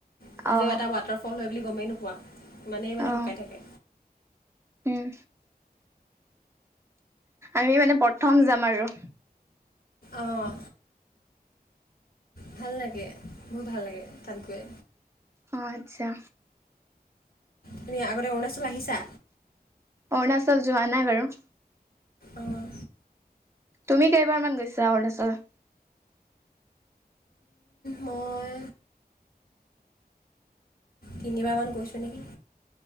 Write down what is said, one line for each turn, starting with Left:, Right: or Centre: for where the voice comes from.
Left: সেইটো
Right: অ
Left: যে এটা ৱাটাৰফল হয় বুলি গমেই নোপোৱা, ইমানেই মানে
Right: অ
Left: শুকাই থাকে।
Right: উম। আমি মানে প্ৰথম যাম আৰু।
Left: অঁ। ভাল লাগে বোৰ ভাল লাগে তাত গৈ।
Right: অ আচ্ছা।
Left: তুমি আগতে অৰুণাচল আহিছা?
Right: অৰুণাচল যোৱা নাই বাৰু?
Left: অঁ
Right: তুমি কেইবাৰ মান গৈছা অৰুণাচলত?
Left: মই তিনিবাৰ মান গৈছো নেকি।